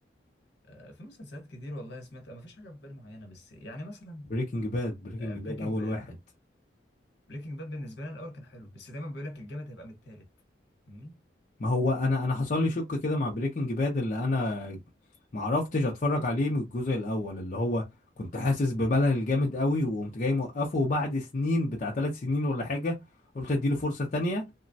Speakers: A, on the left; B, on the left.
A: آه، في مسلسلات كتير والله سمعت ما فيش حاجة في بالي معينة بس يعني مثلا
B: بريكنج باد بريكنج
A: بريكنج
B: باد أول
A: باد
B: واحد
A: بريكنج باد بالنسبة لي أنا الأول كان حلو بس دايما بيقول لك الجامد هيبقى من التالت فاهمني؟
B: ما هو أنا أنا حصل لي شك كده مع بريكنج باد اللي أنا معرفتش أتفرج عليه من الجزء الأول اللي هو كنت حاسس بملل جامد قوي وقمت جاي موقفه وبعد سنين بتاع ثلاث سنين ولا حاجة قلت اديله فرصة تانية